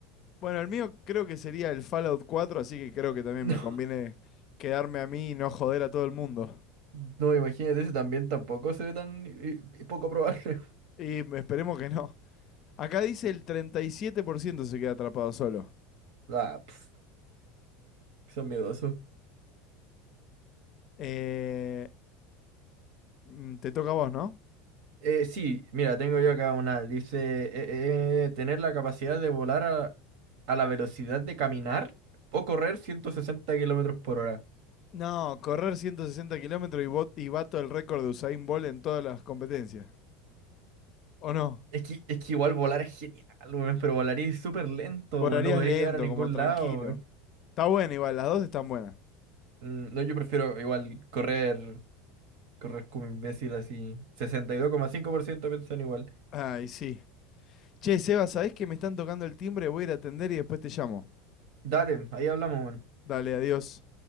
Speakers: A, on the left (about 40°); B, on the right (about 65°).
A: Bueno, el mío creo que sería el Fallout 4, así que creo que también
B: No,
A: me conviene quedarme a mí y no joder a todo el mundo.
B: no, imagínate, ese también tampoco se ve tan y, y poco probable.
A: Y esperemos que no. Acá dice el 37% se queda atrapado solo.
B: <laughs> Ah, pf, son miedosos.
A: Eh, mm, te toca a vos, ¿no?
B: Eh, sí, mira, tengo yo acá una. Dice, eh, eh, tener la capacidad de volar a, a la velocidad de caminar o correr 160 kilómetros por hora.
A: No, correr 160 kilómetros y, bot- y bato el récord de Usain Bolt en todas las competencias. ¿O no?
B: Es que, es que igual volar es genial, weón, pero volaría súper lento,
A: Volarías
B: weón, no podría
A: lento,
B: llegar a ningún
A: como tranquilo.
B: lado, weón.
A: Está buena igual, las dos están buenas.
B: Mm, No, yo prefiero igual correr, correr como imbécil así. 62,5% piensan igual.
A: Ay, sí. Che, Seba, ¿sabés que me están tocando el timbre? Voy a ir a atender y después te llamo.
B: Dale, ahí hablamos, weón.
A: Dale, adiós.